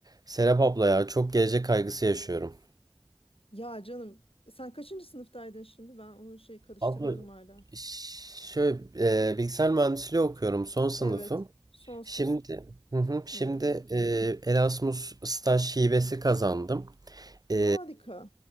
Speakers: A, on the right; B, on the left.
A: Serap abla ya çok gelecek kaygısı yaşıyorum.
B: Ya canım sen kaçıncı sınıftaydın şimdi? Ben onu şey karıştırıyorum
A: Abla
B: hala.
A: ş- şöyle e, bilgisayar mühendisliği okuyorum son sınıfım.
B: Evet, son sınıf.
A: Şimdi hı hı, şimdi
B: Hmm,
A: e, Erasmus staj hibesi kazandım. E,
B: Harika.